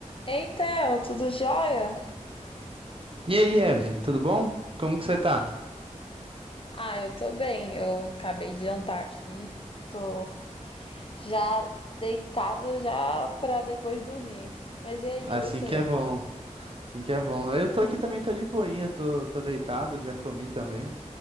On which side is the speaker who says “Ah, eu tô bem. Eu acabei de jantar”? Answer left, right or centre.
Left